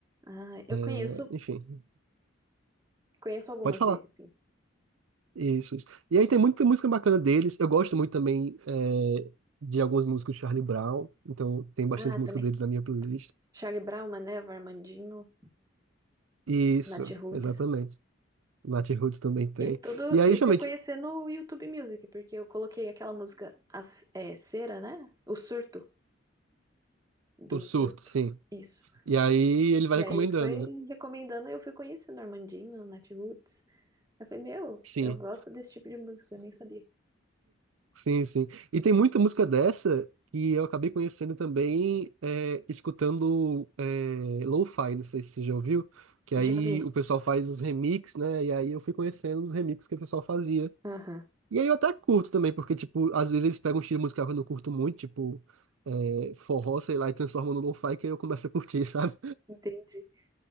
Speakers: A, on the right (about 20°); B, on the right (about 85°).
A: Ah, eu conheço,
B: eh, enfim,
A: conheço algumas
B: pode falar.
A: deles, sim.
B: Isso, isso. E aí tem muita música bacana deles. Eu gosto muito também eh, de algumas músicas do Charlie Brown, então tem bastante
A: Ah,
B: música
A: também.
B: deles na minha playlist.
A: Charlie Brown, Mané, Armandinho,
B: Isso,
A: Nath Roots.
B: exatamente. Nat Roots também tem.
A: E tudo,
B: E aí,
A: esse
B: justamente,
A: eu conheci no YouTube Music, porque eu coloquei aquela música As- é, Cera, né? O Surto, do
B: o surto,
A: Surto.
B: sim.
A: Isso.
B: E aí ele vai
A: E
B: recomendando,
A: aí foi
B: né?
A: recomendando, eu fui conhecendo Armandinho, Natiruts. Eu falei, meu,
B: Sim.
A: eu gosto desse tipo de música, eu nem sabia.
B: Sim, sim. E tem muita música dessa que eu acabei conhecendo também é, escutando é, lo-fi, não sei se você já ouviu, que aí
A: Já vi.
B: o pessoal faz os remix, né? E aí eu fui conhecendo os remixes que o pessoal fazia.
A: Aham.
B: E aí eu até curto também, porque, tipo, às vezes eles pegam um estilo musical que eu não curto muito, tipo, é, forró, sei lá, e transformam no lo-fi, que aí eu começo a curtir, <laughs> sabe?
A: Entendi.